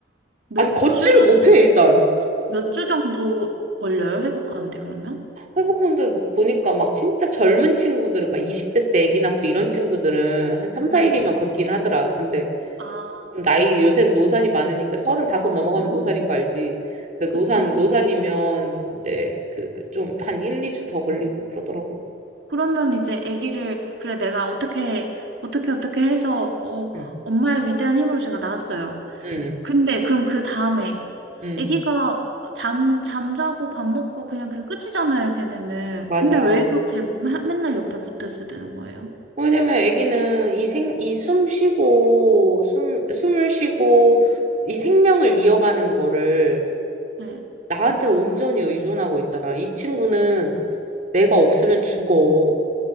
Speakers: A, on the right; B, on the right.
A: 몇
B: 아니 걷지를
A: 주,
B: 못해 일단
A: 몇 주 정도 걸려요, 회복하는데, 그러면?
B: 회복하는데 보니까 막 진짜 젊은 친구들은 막 20대 때 아기 낳고 이런 친구들은 한 3, 4일이면
A: 네.
B: 걷긴 하더라 근데
A: 아,
B: 좀 나이 요새는 노산이 많으니까 35 넘어가면
A: <laughs> 음,
B: 노산인 거 알지 근데 노산
A: 그쵸.
B: 노산이면 이제 그 좀 한 1, 2주 더 걸리고 그러더라고
A: 그러면 이제 아기를, 그래, 내가 어떻게, 어떻게, 어떻게 해서, 어,
B: 응,
A: 엄마의 위대한 힘으로 제가 낳았어요.
B: 응,
A: 근데 그럼 그 다음에
B: 응,
A: 아기가 잠 잠자고 밥 먹고 그냥 그 끝이잖아요, 걔네는.
B: 맞아.
A: 근데 왜 그렇게 마- 맨날 옆에 붙어 있어야 되는 거예요?
B: 왜냐면 아기는 이 생, 이 숨 쉬고, 숨, 숨을 쉬고, 이 생명을 이어가는 거를
A: 네.
B: 나한테 온전히 의존하고 있잖아. 이 친구는 내가 없으면 죽어.